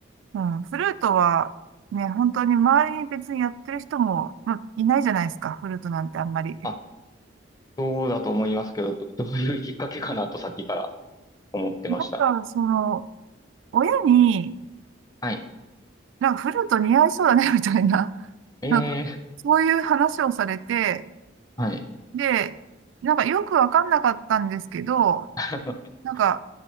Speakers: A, on the right; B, on the left.
A: うん、フルートは、ね、本当に周りに別にやってる人も、まあ、いないじゃないですか、フルートなんてあんまり。
B: あ、そうだと思いますけど、ど、<laughs> どういうきっかけかなとさっきから思ってました。
A: なんか、その、親に、
B: はい。
A: なんかフルート似合いそうだね、<laughs> みたいな、
B: え
A: なんか、そういう話をされて、
B: ー、はい。
A: で、なんかよくわかんなかったんですけど、
B: <laughs>
A: なんか、